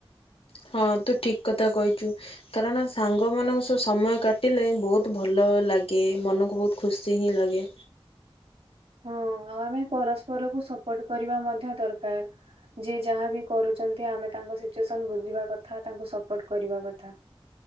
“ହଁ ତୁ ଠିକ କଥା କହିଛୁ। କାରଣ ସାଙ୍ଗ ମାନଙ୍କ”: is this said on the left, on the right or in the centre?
Left